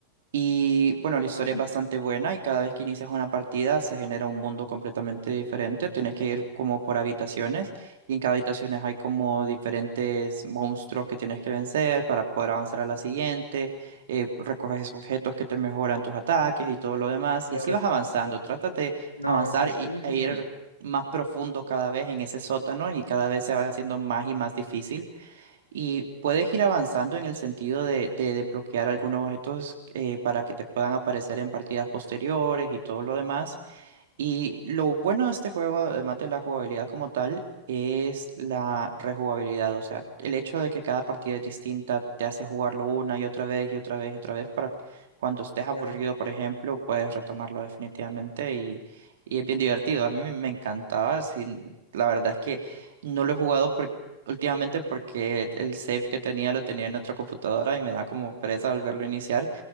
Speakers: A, on the right; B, on the left.
A: Y bueno, la
B: Ah,
A: historia es bastante buena y cada vez que inicias una partida se genera un mundo completamente diferente. Tienes que ir como por habitaciones y en cada habitación hay como diferentes monstruos que tienes que vencer para poder avanzar a la siguiente. Eh, recoges objetos que te mejoran tus ataques y todo lo demás.
B: Claro.
A: Y así vas avanzando. Trata de
B: No,
A: avanzar
B: sí, está
A: y,
B: muy
A: e
B: genial.
A: ir más profundo cada vez en ese sótano y cada vez se va haciendo más y más difícil y puedes ir avanzando en el sentido de, de desbloquear algunos objetos eh, para que te puedan aparecer en partidas posteriores y todo lo demás. Y lo bueno de este juego, además de la jugabilidad como tal, es la rejugabilidad. O sea, el hecho de que cada partida es distinta te hace jugarlo una y otra vez y otra vez y otra vez para cuando estés aburrido,
B: Claro.
A: por ejemplo, puedes retomarlo definitivamente y, y es bien divertido. A mí me me encantaba. sin- la verdad es que no lo he jugado por- últimamente porque el save que tenía lo tenía en otra computadora y me da como pereza volverlo a iniciar.